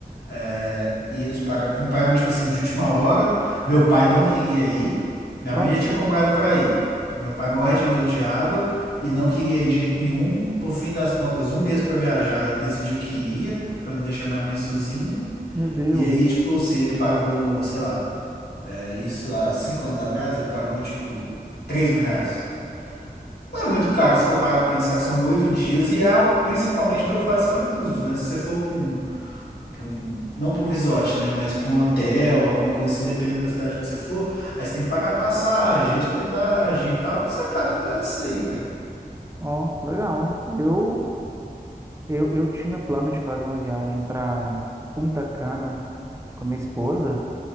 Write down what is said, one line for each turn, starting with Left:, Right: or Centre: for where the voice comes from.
Left: É, e eles pagaram, compraram, tipo assim, de última hora. Meu pai não queria ir, minha
Right: Ó,
Left: mãe já tinha comprado para ir. Meu pai morre de medo de água e não queria ir de jeito nenhum. Por fim das contas, um mês para viajar, ele decidiu que ia, para não deixar minha mãe sozinha.
Right: meu Deus.
Left: E aí, tipo, assim, ele pagou, sei lá. É, Isso há cinco anos atrás, ele pagou tipo três mil reais. Não é muito caro se for parar pra pensar que são oito dias e é principalmente pelo fato de ser all inclusive, né? Se você for pra um, pra um- não pra um resort, né? Mas pra um hotel, alguma coisa assim, dependendo da cidade que você for, aí você tem que pagar passagem, hospedagem e tal. Você acaba que gasta isso aí, cara.
Right: Ó, legal. Eu, eu, eu tinha plano de fazer uma viagem para Punta Cana com minha esposa.